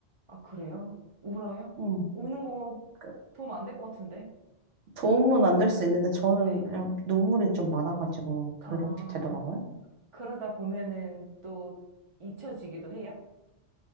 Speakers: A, on the right (about 35°); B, on the right (about 85°).
A: 아, 그래요? 울어요?
B: 음.
A: 우는 거
B: 그
A: 도움 안 될 것 같은데?
B: 도움은 안 될 수 있는데 저는
A: 네.
B: 그냥 눈물이 좀 많아가지고 그렇게
A: 아,
B: 되더라고요.
A: 그러다 보면은 또 잊혀지기도 해요?